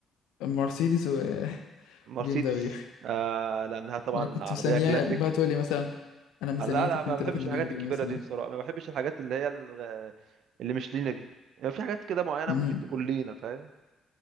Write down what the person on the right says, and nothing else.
مرسيدس
آه لانها طبعا
عربيه
كلاسيك
لا لا
ما بحبش
الحاجات
الكبيرة
دي بصراحة ما بحبش الحاجات اللي هي الغ- اللي مش لينا دي يعني في حاجات كده معينة
ممكن تكون لينا فاهم